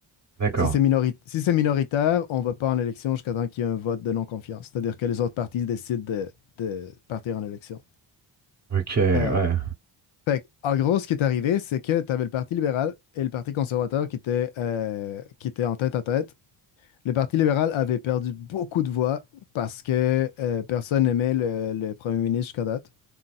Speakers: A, on the right; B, on the left.
A: d'accord.
B: Si c'est minori- si c'est minoritaire, on va pas en élection jusqu'à temps qu'il y ait un vote de non-confiance, c'est-à-dire que les autres partis décident de, de partir en élection.
A: Ok, ouais.
B: Euh, fait que, en gros, ce qui est arrivé, c'est que tu avais le Parti libéral et le Parti conservateur qui étaient, euh, qui étaient en tête à tête. Le Parti libéral avait perdu beaucoup de voix parce que euh, personne n'aimait le, le premier ministre jusqu'à date.